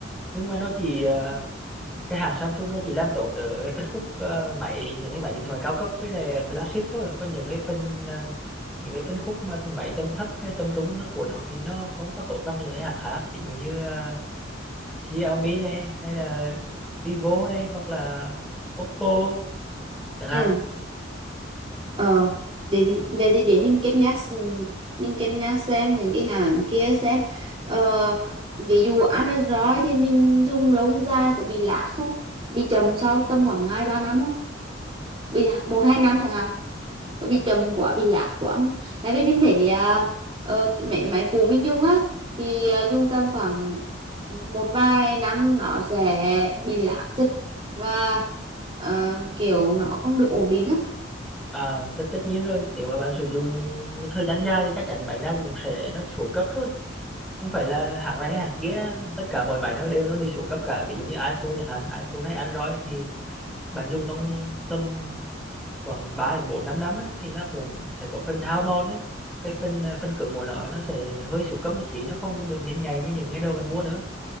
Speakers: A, in the centre; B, on the right.
A: nhưng mà nó chỉ à, cái hãng Samsung nó chỉ làm tốt ở cái phân khúc ờ, máy những cái máy điện thoại cao cấp với lại flagship thôi còn những cái phân ờ, những cái phân khúc mà máy tầm thấp hay tầm trung nó của nó thì nó không có tốt bằng những cái hãng khác ví dụ như ờ, Xiaomi này hay là Vivo này hoặc là Oppo chẳng hạn
B: Ừ. Ờ, để thì- để thì để mình cân nhắc s- mình cân nhắc xem những cái hàng kia xem ờ, ví dụ Android thì mình dùng lâu dài có bị lạ không bị chậm sau tầm khoảng hai ba năm không bị một hai năm chẳng hạn có bị chậm quá bị lạ quá không tại vì mình thấy à, ờ, cái máy máy cũ mình dùng á thì à, dùng tầm khoảng một vài năm nó sẽ bị lạ dịch và ờ, kiểu nó không được ổn định á
A: à, tất, tất nhiên rồi nếu mà bạn sử dụng một thời gian dài thì chắc chắn máy nào cũng sẽ nó xuống cấp thôi không phải là hãng này hay hãng kia tất cả mọi máy nó đều nó đều xuống cấp cả ví dụ như iPhone chẳng hạn iPhone hay Android thì bạn dùng trong tầm khoảng ba đến bốn năm năm á, thì nó cũng sẽ có phần hao mòn á. cái phần ờ, phần cứng của nó nó sẽ hơi xuống cấp một xí nó không được nhanh nhạy như những ngày đầu bạn mua nữa